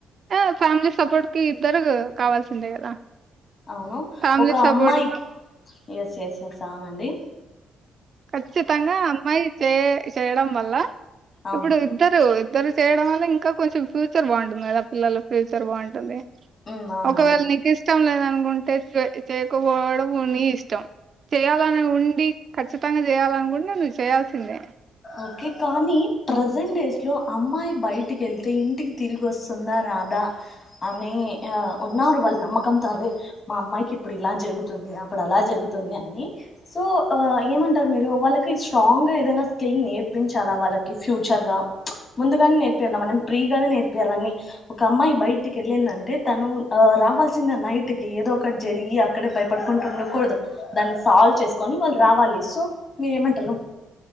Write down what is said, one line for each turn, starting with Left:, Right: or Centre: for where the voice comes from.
Right: ఆ ఫ్యామిలీ సపోర్ట్ కి ఇద్దరు కావాల్సిందే కదా
Left: అవును
Right: ఫ్యామిలీ
Left: ఒక
Right: సపోర్ట్
Left: అమ్మాయికి ఎస్ ఎస్ ఎస్ అవ్నండి
Right: కచ్చితాంగా అమ్మాయి చే ఇది చేయడం వల్ల
Left: అవును
Right: ఇప్పుడు ఇద్దరు ఇద్దరు చేయడం వల్ల ఇంకా కొంచెం ఫ్యూ ఫ్యూచర్ బాగుంటుంది కదా పిల్లల ఫ్యూచర్ బాగుంటుంది
Left: ఉమ్ అవునండి
Right: ఒకవేళ నీకు ఇస్ ఇష్టం లేదనుకుంటే చే చేయకపోవడం ని ఇష్టం చేయాలని ఉండి ఖచ్చితంగా చెయ్యాలి అనుకుంటే నువ్వు చేయాల్సిందే
Left: ఓకే కానీ ప్రజెంట్ డేస్ లో అమ్మాయి బయటికి వెళ్తే ఇంటికి తిరిగి వస్తుందా రాదా అని ఉన్నారు వాళ్ళు నమ్మకం తో అరే మా అమ్మాయికి ఇప్పుడు ఇలా జరుగుతుంది అప్పుడు అలా జరుగుతుంది అని సో ఏమంటారు మీరు వాళ్ళకి స్ట్రాంగ్గా ఏదైనా కిల్ నేర్పించాలా వాళ్ళకి ఫ్యూ చర్ గా ముందుగానే నేర్పియల మనిం ఫ్రీ గానే నేర్పియాలన్నిఒక అమ్మాయి బయటికి వెళ్ళిందంటే తను రావాల్సింద నైట్ కి ఏదో ఒకటి జరిగి అక్కడే భయపడుకుంటూ ఉండకూడదు దాన్ని సాల్వ్ చేసుకొని వాళ్ళు రావాలి సో మీరెమంటారు